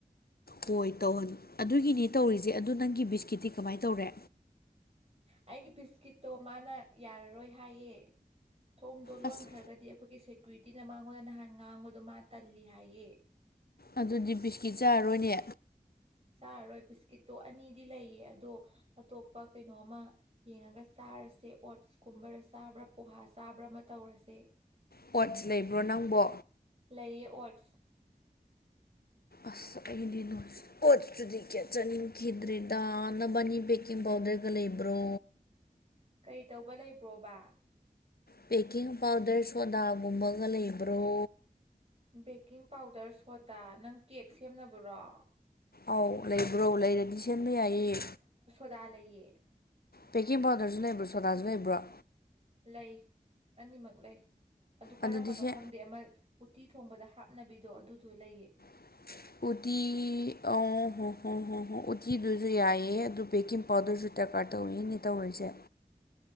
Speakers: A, on the left; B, on the right.
A: ꯍꯣꯏ ꯇꯧꯍꯟ ꯑꯗꯨꯒꯤꯅꯦ ꯇꯧꯔꯤꯁꯦ ꯑꯗꯨ ꯅꯪꯒꯤ ꯕꯤꯁꯀꯤꯠꯇꯤ ꯀꯃꯥꯏꯅ ꯇꯧꯔꯦ
B: ꯑꯩꯒꯤ ꯕꯤꯁꯀꯤꯠꯇꯣ ꯃꯥꯅ ꯌꯥꯔꯔꯣꯏ ꯍꯥꯏꯌꯦ ꯊꯣꯡꯗꯣ ꯂꯣꯟꯈ꯭ꯔꯒꯗꯤ
A: ꯑꯁ
B: ꯑꯩꯈꯣꯏꯒꯤ ꯁꯦꯀ꯭ꯌꯨꯔꯤꯇꯤꯅ ꯃꯥꯉꯣꯟꯗ ꯅꯍꯥꯟ ꯉꯥꯡꯕꯗꯣ ꯃꯥ ꯇꯜꯂꯤ ꯍꯥꯏꯌꯦ
A: ꯑꯗꯨꯗꯤ ꯕꯤꯁꯀꯤꯠ ꯆꯥꯔꯣꯏꯅꯦ
B: ꯆꯥꯔꯔꯣꯏ ꯕꯤꯁꯀꯤꯠꯇꯣ ꯑꯅꯤꯗꯤ ꯂꯩꯌꯦ ꯑꯗꯣ ꯑꯇꯣꯞꯄ ꯀꯩꯅꯣꯝꯃ ꯌꯦꯡꯉꯒ ꯆꯥ ꯆꯥꯔꯁꯦ ꯑꯣꯠꯁ ꯀꯨꯝꯕꯗ ꯆꯥꯕ꯭ꯔꯥ ꯄꯣꯍꯥ ꯆꯥꯕ꯭ꯔꯥ ꯑꯃ ꯇꯧꯔꯁꯦ
A: ꯄꯠꯁ ꯂꯩꯕ꯭ꯔꯣ ꯅꯪꯕꯣ
B: ꯂꯩꯌꯦ ꯑꯣꯠꯁ
A: ꯑꯁ ꯑꯩꯗꯤ ꯀꯣꯠꯨꯗꯤ ꯀꯦ ꯆꯥꯅꯤꯡꯈꯤꯗ꯭ꯔꯦ ꯅꯕꯥꯅꯤ ꯕꯦꯀꯤꯡ ꯄꯥꯎꯗꯔꯒ ꯂꯩꯕ ꯕꯣ
B: ꯀꯔꯤ ꯇꯧꯕ ꯂꯩꯕ꯭ꯔꯣꯕ
A: ꯕꯦꯀꯤꯡ ꯄꯥꯎꯗꯔ ꯁꯣꯗꯥꯒꯨꯝꯕꯒ ꯂꯩꯕ꯭ꯔꯣ
B: ꯕꯦꯛꯀꯤꯡ ꯄꯥꯎꯗꯔ ꯁꯣꯗꯥ ꯅꯪ ꯀꯦꯛ ꯁꯦꯝꯅꯕ꯭ꯔꯣ
A: ꯑꯥꯎ ꯂꯩꯕ꯭ꯔꯣ ꯂꯩꯔꯗꯤ ꯁꯦꯝꯕ ꯌꯥꯏꯌꯦ
B: ꯆ ꯂꯩꯌꯦ
A: ꯄꯦꯛꯀꯤꯡ ꯄꯥꯎꯗꯔꯁꯨ ꯂꯩꯕ꯭ꯔꯥ ꯁꯣꯗꯥꯁꯨ ꯂꯩꯕ꯭ꯔꯣ
B: ꯂꯩ ꯑꯅꯤꯃꯛ ꯂꯩ ꯑꯗꯨ ꯀꯔꯝꯕꯅꯣ
A: ꯑꯗꯨꯗꯤ ꯁꯦ
B: ꯈꯪꯗꯦ ꯑꯃ ꯎꯇꯤ ꯊꯣꯡꯕꯗ ꯍꯥꯞꯅꯕꯤꯗꯣ ꯑꯗꯨꯗꯨ ꯂꯩꯌꯦ
A: <unintelligible> ꯎꯇꯤ ꯑ ꯍꯣ ꯍꯣ ꯍ ꯍ ꯎꯇꯤꯗꯨꯁꯨ ꯌꯥꯏꯑꯦ ꯑꯗꯨ ꯦꯀꯤꯡ ꯄꯥꯎꯗꯔꯁꯨ ꯇ ꯀꯥꯔ ꯇꯧꯔꯛꯅꯦ ꯇꯧꯔꯤꯁꯦ